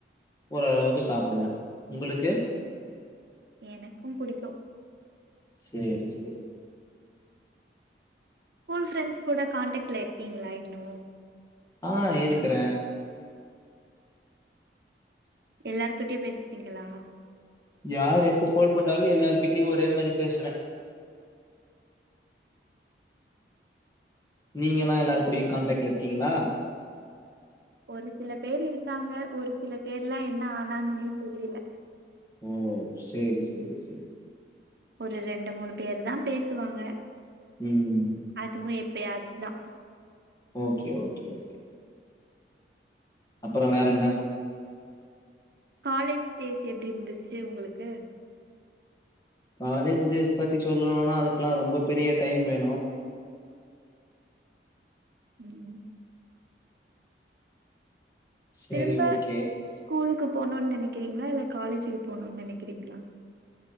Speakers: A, on the left; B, on the right.
A: ஓர அவுக்கு சாப்புடுவே உங்களுக்கு
B: எனக்கும் பிடிக்கூ
A: சேரி சேரி
B: கூல் ஃப்ரெண்ட்ஸ் கூட காண்டக்ட்ல இருக்கீங்களா இன்னு
A: ஆ இருக்குற
B: எல்லார்கிட்டயு பேசுத்தீங்களா
A: யார் எப்ப போல் போட்டாலு எல்லாருகிட்டயு ஒரே மாரி பேசுவ நீங்கலா எல்லாரு கூடயு கான்டக்ட்ல இருக்கீங்களா
B: ஒரு சில பேர் இருக்காங்க ஒரு சில பேர்லா என்ன ஆனாங்கன்னே தெரியல
A: ஓ சேரி சேரி சேரி
B: ஒரு ரெண்டு மூணு பேரு தா பேசுவாங்க
A: ம் ம்
B: அதுவு எப்பயாச்சுதா
A: ஓக்கே ஓக்கே ஓக்கே அப்பற வேற என்ன
B: காலேஜ் டேஸ் எப்டி இருந்துச்சி உங்களுக்கு
A: காலேஜ் டேஸ் பத்தி சொல்லுணுனா அதுக்கெல்லா ரொம்ப பெரிய டைம் வேணு
B: ம் ம்
A: சேரி
B: திரும்ப
A: ஓகே
B: ஸ்கூலுக்கு போணு நெனக்கிறீங்களா இல்ல காலேஜுக்கு போணு நெனக்கிறீங்களா